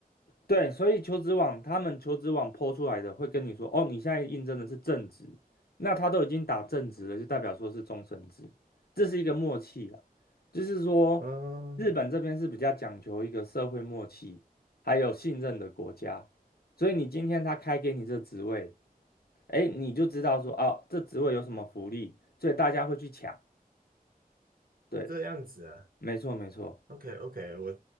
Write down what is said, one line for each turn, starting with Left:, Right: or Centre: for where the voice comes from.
Left: 对，所以求职网他们求职网 PO 出来的会跟你说，哦，你现在应征的是正职，那他都已经打正职了，就代表说是终身制，这是一个默契啊，就是说日本这边是比较讲求一个社会默契，
Right: 嗯，
Left: 还有信任的国家，所以你今天他开给你这职位，哎，你就知道说，哦，这职位有什么福利，所以大家会去抢，对，
Right: 这样子啊。
Left: 没错没错。
Right: OK OK，我